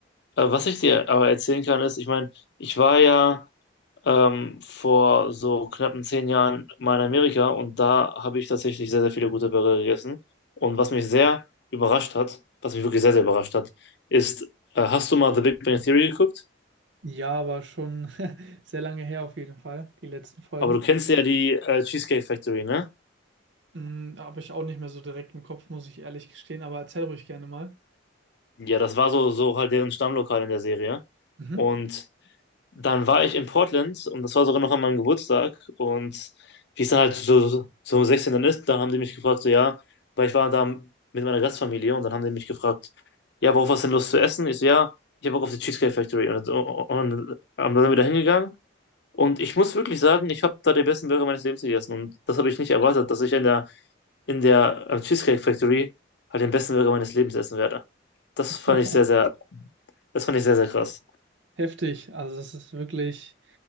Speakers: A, on the left (about 55°); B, on the right (about 65°).
A: Äh, was ich dir aber erzählen kann, ist, ich meine, ich war ja ähm, vor so knappen zehn Jahren mal in Amerika und da habe ich tatsächlich sehr, sehr viele gute Burger gegessen. Und was mich sehr überrascht hat, was mich wirklich sehr, sehr überrascht hat, ist, äh, hast du mal The Big Bang Theory geguckt?
B: Ja, aber schon <laughs> sehr lange her auf jeden Fall, die letzten Folgen.
A: Aber du kennst ja die äh, Cheesecake Factory, ne?
B: Hm, habe ich auch nicht mehr so direkt im Kopf, muss ich ehrlich gestehen, aber erzähl ruhig gerne mal.
A: Ja, das war so, so halt deren Stammlokal in der Serie.
B: Mhm.
A: Und dann war ich in Portland und das war sogar noch an meinem Geburtstag. Und wie es dann halt so, so 16 dann ist, dann haben die mich gefragt, so ja, weil ich war da mit meiner Gastfamilie und dann haben die mich gefragt, ja, worauf hast du denn Lust zu essen? Ich so, ja, ich habe Bock auf die Cheesecake Factory. Und, und, und dann sind wir da hingegangen. Und ich muss wirklich sagen, ich habe da den besten Burger meines Lebens gegessen. Und das habe ich nicht erwartet, dass ich in der, in der äh, Cheesecake Factory halt den besten Burger meines Lebens essen werde. Das fand
B: <laughs>
A: ich sehr, sehr, das fand ich sehr, sehr krass.
B: Heftig. Also es ist wirklich